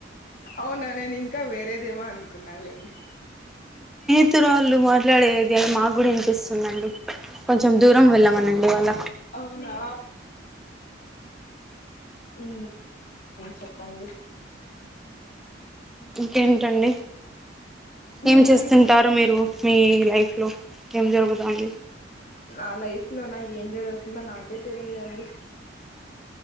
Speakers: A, on the left; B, in the centre.
A: అవునా నేను ఇంకా వేరేదేమో అనుకున్న కున్నలెండి
B: పత్తరాళ్ళు మాట్లాడేది అది మాకు కూడా వినిపిస్తుందిండి కొంచెం దూరం వెళ్ళమనండి వాళ్ళ
A: అవునా ఉ చెప్పండి
B: ఇంకేంటండి
A: ఉమ్
B: ఏం చేస్తుంటారు మీరు మీ లైఫ్లో ఏం జరుగుతాంది
A: నా లైఫ్ లో నా ఏం జరుగుతుందో తెలియదండి